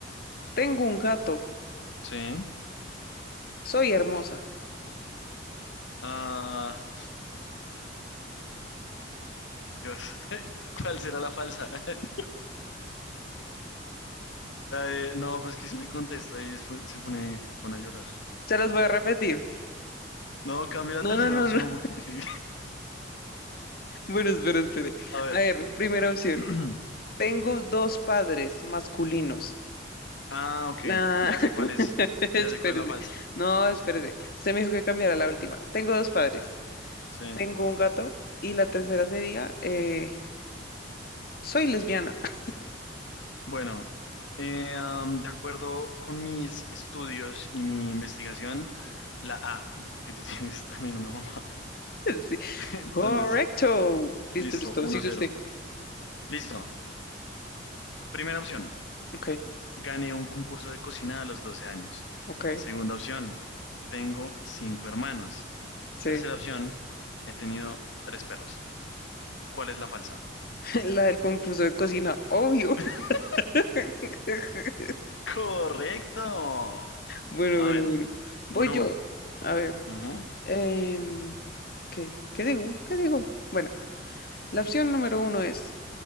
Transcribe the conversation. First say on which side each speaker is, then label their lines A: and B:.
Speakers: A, on the left (about 50°); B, on the left (about 75°).
A: tengo un gato,
B: sí.
A: soy hermosa.
B: Ah, Dios. <laughs> ¿Cuál será la falsa? <laughs> La de- no, pues que si le contesto y después se pone, pone a llorar.
A: Se las voy a repetir.
B: No, cambia la
A: No,
B: tercera
A: no, no,
B: opción
A: no. <laughs>
B: porque qué
A: Bueno, espere, espere.
B: A ver.
A: A ver, primera opción.
B: <clears throat>
A: Tengo dos padres masculinos.
B: Ah, ok.
A: La...
B: Ya
A: <laughs>
B: sé cuál es.
A: Espérese.
B: Ya sé cuál es la falsa.
A: No, espérese. Usted me dijo que cambiara la última. Tengo dos padres.
B: Sí.
A: Tengo un gato. Y la tercera sería, eh, soy lesbiana. <laughs>
B: Bueno, eh, um, de acuerdo con mis estudios y mi investigación, la A, porque tú <laughs> tienes también una mamá.
A: Sí.
B: <laughs> Entonces
A: Correcto.
B: sí.
A: Listo,
B: Listo,
A: listo.
B: uno
A: Sigue
B: cero,
A: usted.
B: Listo. Primera opción.
A: Ok,
B: Gané un concurso de cocina a los 12 años.
A: ok.
B: Segunda opción. Tengo cinco hermanos.
A: Sí.
B: Tercera opción. He tenido tres perros. ¿Cuál es la falsa?
A: <laughs> La del concurso de cocina, obvio.
B: <laughs>
A: <laughs>
B: Correcto.
A: Bueno,
B: A
A: bueno,
B: ver,
A: bueno. Voy
B: uno
A: yo.
B: a uno.
A: A ver.
B: Ujú,
A: em, ¿qué? ¿Qué digo? ¿Qué digo? Bueno, la opción número uno es...